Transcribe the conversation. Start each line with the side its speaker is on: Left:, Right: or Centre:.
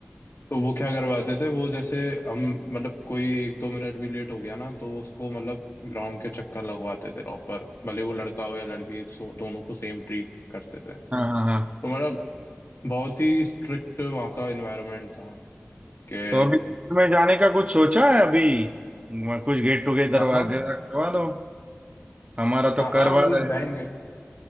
Left: तो वो क्या करवाते थे वो जैसे हम मतलब कोई एक दो मिनट भी लेट हो गया ना तो उसको मतलब ग्राउंड के चक्कर लगवाते थे प्रॉपर भले वो लड़का हो या लड़की सो- दोनों को सेम ट्रीट करते थे
Right: हाँ हाँ हाँ
Left: तो मतलब बहुत ही स्ट्रिक्ट वहाँ का एनवायरनमेंट था कि
Right: तो अभी स्कूल में जाने का कुछ सोचा है अभी कुछ गेट टुगेदर
Left: कहाँ
Right: वगैरह करवा दो हमारा तो
Left: हाँ
Right: करवा
Left: मतलब
Right: रहे
Left: जाएंगे
Right: हैं